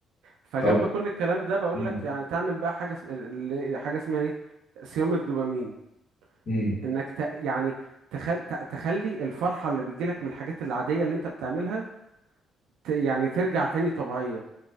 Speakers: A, on the right; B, on the left.
A: فجنب
B: طب
A: كل الكلام ده بقول
B: مم.
A: لك يعني تعمل بقى حاجه اسم... ال- ال- حاجه اسمها ايه صيام الدوبامين
B: مم.
A: انك ت... يعني تخل... ت... تخلي الفرحه اللي بتجيلك من الحاجات العاديه اللي انت بتعملها ت... يعني ترجع تاني طبيعيه